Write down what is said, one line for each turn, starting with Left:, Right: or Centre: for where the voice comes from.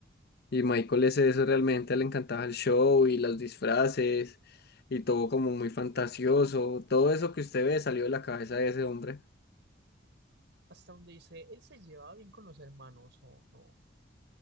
Left: Y Michael es eso, realmente le encantaba el show y los disfraces y todo como muy fantasioso. Todo eso que usted ve salió de la cabeza de ese hombre.
Right: Hasta donde dice, él se llevaba bien con los hermanos o no.